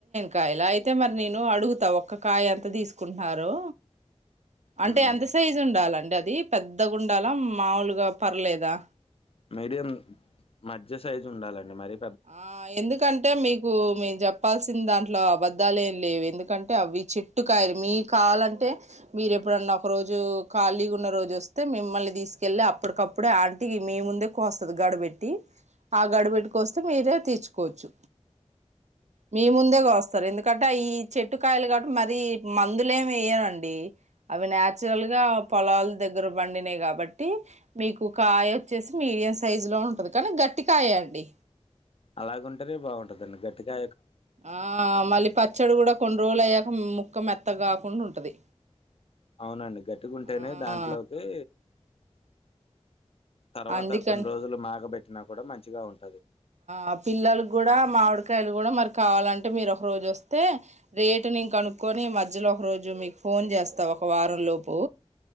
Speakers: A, on the right (about 85°); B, on the left (about 55°).
A: కాయలా అయితే మరి నేను అడుగుతా ఒక్క కాయ అంత తీసుకుంటున్నారు
B: హ్మ్
A: అంటే ఎంత సైజు ఉండాలండి అ ఇది పెద్ద గుంండాల మాములుగా పర్లేదా
B: మీడియం మధ్య సైజు ఉండాలండి మరి
A: ఆ ఎందుకంటే మీకు మేము చెప్ప చెప్పాల్సిిన దాంట్లో అబద్ద్దాలు ఏం లేవు ఎందుకంటే అవి చెట్టు కాయలు మీ కావాలంటే మీరు ఎప్పుడన్నా ఒక రోజు ఖాళీగా ఉన్న రోజు వస్తే మిమ్మల్ని తీసుకెళ్ళలి అప్పటికప్పుడే ఆంటికి మీ ముందే కోస్తది గడబెట్టి ఆ గడబెట్టు కోస్త మీరే తీచ్చుకోవచ్చు మీ ముందేస్తారు ఎందుకంటే ఈ చెట్టు కాయలు కాబట్టి మరీ మందులే ఏమి వేయనండి అవి నాచురల్ గా పొలాల దగ్గర బండినా కాబట్టి మీకు కాయ వచ్చేసి మీడియం సైజు లో ఉంటది కానీ గట్టికాయ అండి
B: అలాగంటే బాగుంటందండి గట్టిగా
A: ఆ మళ పచ్చడి కూడా కొన్ని రోజులు అయ్యాక ముక్క మెత్త కాకుండా ఉంటది
B: అవునండి గట్టిగా ఉంటేనే
A: ఆ
B: దాంట్లోకి తర్వాత
A: అందుకని
B: కొన్ని రోజులు మేగబెట్టినా కూడా మంచిగా ఉంటుంది
A: ఆ పిల్లలు కూడా మామిడు ఉరకాయలు కూడా మరి కావాలంటే మీరు ఒక రోజు వస్తే రేటుని ఇం కనుక్కొని మధ్యలో ఒక రోజు మీకు ఫోన్ చేస్తావు ఒక వారం లోపు